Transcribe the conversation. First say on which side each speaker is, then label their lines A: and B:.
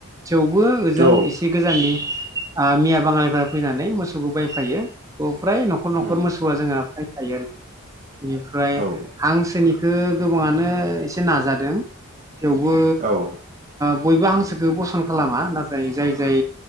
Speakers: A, on the right (about 15°); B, on the right (about 35°).
A: थेवबो ओजों
B: औ
A: एसे गोजाननि आ मिया बाङालिफोरा फैनानै मोसौखौ बायफायो। फ्राय न'खर न'खर
B: उम
A: मोसौआ जोंहा फ्रा थायो आरो बेनिफ्राय
B: औ
A: हांसोनि बेखो गोबाङानो एसे नाजादों। थेवबो
B: औ अ औ
A: ओ बयबो हांसोखौ बसन खालामा नाथाय जाय जाय